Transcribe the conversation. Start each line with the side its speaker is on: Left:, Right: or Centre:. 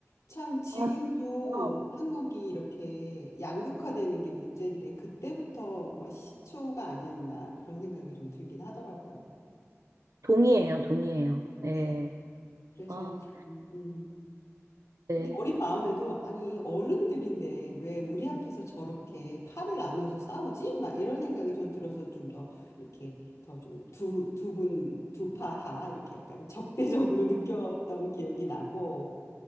Left: 참 지금도
Right: 아, 진짜.
Left: 한국이 이렇게 양극화되는 게 문제인데 그때부터 뭐 시초가 아니었나 그런 생각이 좀 들긴 하더라고요.
Right: 동의해요, 동의해요. 예.
Left: 네. 그래서
Right: 아,
Left: 참, 음.
Right: 네.
Left: 근데 어린 마음에도 아니 어른들인데 왜 우리 앞에서 저렇게 팔을 나눠서 싸우지? 막 이런 생각이 좀 들어서 좀 더 이렇게 더 좀 두 두 분 두 파 다 이렇게 약간 적대적으로 느꼈던 기억이 나고